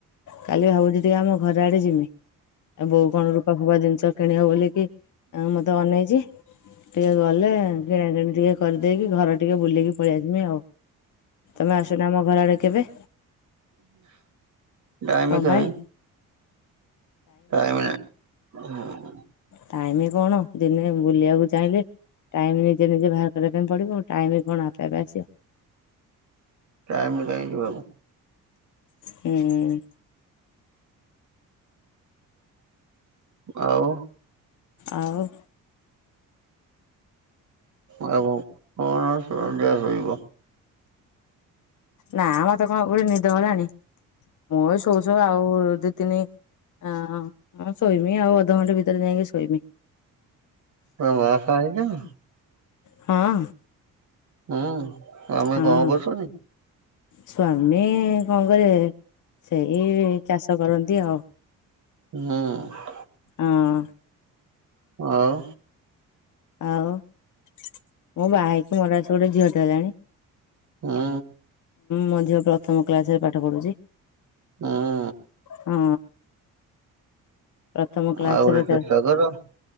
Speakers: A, on the left; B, on the right.
A: କାଲି ଭାବୁଛି ଟିକେ ଆମ ଘର ଆଡେ ଯିମି। ଆ ବୋଉ କଣ ରୂପା ଫୁପା ଜିନିଷ କିଣିବ ବୋଲିକି ମତେ ଅନେଇଛି, ଟିକେ ଗଲେ କିଣା କିଣି ଟିକେ କରିଦେଇକି ଘର ଟିକେ ବୁଲିକି ପଳେଇଆସମି ଆଉ। ତମେ ଆସୁନ ଆମ ଘର ଆଡେ କେବେ।
B: ଟାଇମ
A: କଣ
B: କାହିଁ
A: ପାଇଁ
B: ଟାଇମ ନାହିଁ। ହଁ।
A: ଟାଇମ କଣ ଦିନେ ବୁଲିବାକୁ ଚାହିଁଲେ ଟାଇମ୍ ନିଜେ ନିଜେ ବାହାର କରିବା ପାଇଁ ପଡ଼ିବ ଆ ଟାଇମ୍ କଣ ଆପେ ଆପେ ଆସିବ।
B: ଟାଇମ କାଇଁ ଯିବାକୁ?
A: ହୁଁ।
B: ଆଉ।
A: ଆଉ।
B: ଆଉ କଣ <unintelligible>
A: ନା ମତେ କଣ ଗୋଟେ ନିଦ ହେଲାଣି ମୁଁ ବି ଶୋଉ ଶୋଉ ଆଉ ତିନି ହଁ ଶୋଇମି ଆଉ ଅଧଘଣ୍ଟା ଭିତରେ ଯାଇକି ଶୋଇମି।
B: <unintelligible>
A: ହଁ।
B: ହୁଁ ସ୍ୱାମୀ
A: ହଁ
B: କଣ କରୁଛନ୍ତି?
A: ସ୍ଵାମୀ କଣ କରିବେ। ସେଇ ଚାଷ କରନ୍ତି ଆଉ।
B: ହୁଁ।
A: ହଁ।
B: ଆଉ।
A: ଆଉ ମୁଁ ବାହାହେଇକି ମୋର ଆସି ଗୋଟେ ଝିଅଟେ ହେଲାଣି।
B: ହଁ।
A: ହଁଁ ଝିଅ ପ୍ରଥମ କ୍ଲାସରେ ପାଠ ପଢୁଛି।
B: ହଁ।
A: ହଁ। ପ୍ରଥମ କ୍ଲାସରେ।
B: ଆଉ ଗୋଟେ ଚେଷ୍ଟା କର